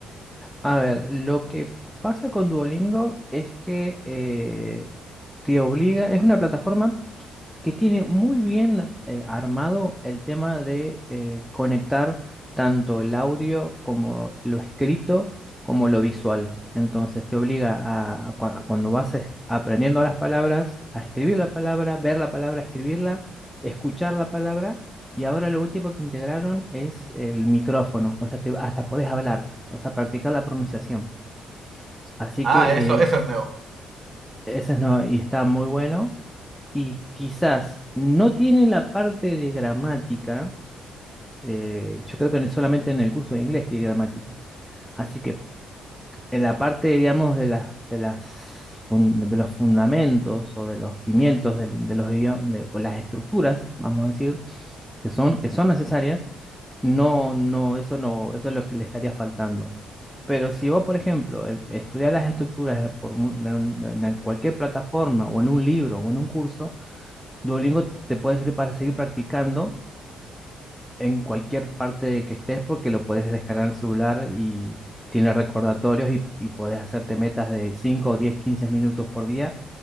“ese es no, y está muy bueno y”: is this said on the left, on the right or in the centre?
Centre